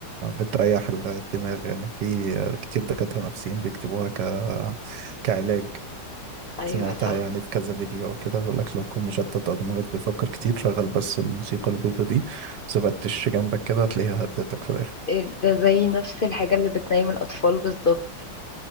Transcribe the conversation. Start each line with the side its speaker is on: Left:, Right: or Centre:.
Right: بتريح الدماغ يعني في كتير دكاتره نفسيين بيكتبوها ك... كعلاج
Left: ايوه
Right: سمعتها
Left: صح
Right: يعني في كذا فيديو او كده بيقول لك لو تكون مشتت او دماغك بيفكر كتير شغل بس الموسيقى البيضة دي ما سيبتش جنبك كده هتلاقيها هدتك في الاخر
Left: إيه ده زي نفس الحاجة اللي بتنيم الأطفال بالظبط